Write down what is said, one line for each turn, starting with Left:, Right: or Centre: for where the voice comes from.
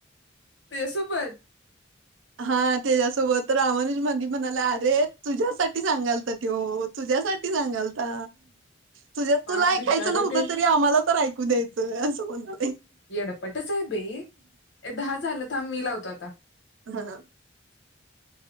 Left: त्याचा सोबत
Right: हा त्याच्यासोबत रामानुज मधी म्हणाला अरे तुझ्यासाठी सांगालता त्यो तुझ्यासाठी सांगालता. तुझ्या
Left: पाप
Right: तुला ऐकायचं
Left: बिचार
Right: नव्हतं
Left: ते
Right: तरी आम्हाला तर ऐ कू द्यायंच अस बोलला.
Left: येडपटच आहे बई. दहा झालं थांब मि लावतो आता.
Right: हा.
Left: <inaudible>